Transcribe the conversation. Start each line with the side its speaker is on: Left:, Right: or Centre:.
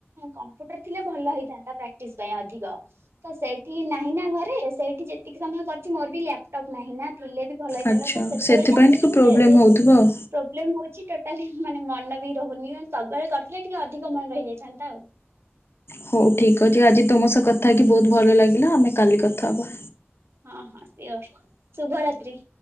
Right: କମ୍ପ୍ୟୁଟର ଥିଲେ ଭଲ ହେଇଥାନ୍ତା ପ୍ରାକ୍ଟିସ ପାଇଁ ଅଧିକ। ତ ସେଇଠି ନାହିଁ ନା ଘରେ ସେଇଠି ଯେତିକି ସମୟ କରିଛି ମୋର ବି ଲାପଟପ୍ ନାହିଁ ନା। ଥିଲେ ବି ଭଲ ହେଇଥାତା
Left: ଆଚ୍ଛା
Right: ତ ସେତେବେଳେ
Left: ସେଥିପାଇଁ
Right: ଯାହା ଶିଖିଥିଲୁ
Left: ଟିକେ ପ୍ରୋବ୍ଲେମ୍
Right: ଏବେ
Left: ହଉଥିବ ଆଉ।
Right: ପ୍ରୋବ୍ଲେମ ହଉଛି ଟୋଟାଲି ମାନେ ମନ ବି ରହୁନି ମେ ସବୁବେଳେ କରିଥିଲେ ଟିକେ ଅଧିକ ମନ ରହିଯାଇଥାନ୍ତା ଆଉ।
Left: ହଉ ଠିକ ଅଛି ଆଜି ତମ ସହ କଥା ହେଇକି ବହୁତ ଭଲ ଲାଗିଲା ଆମେ କାଲି କଥା ହବା।
Right: ହଁ <unintelligible> ଶୁଭରାତ୍ରି।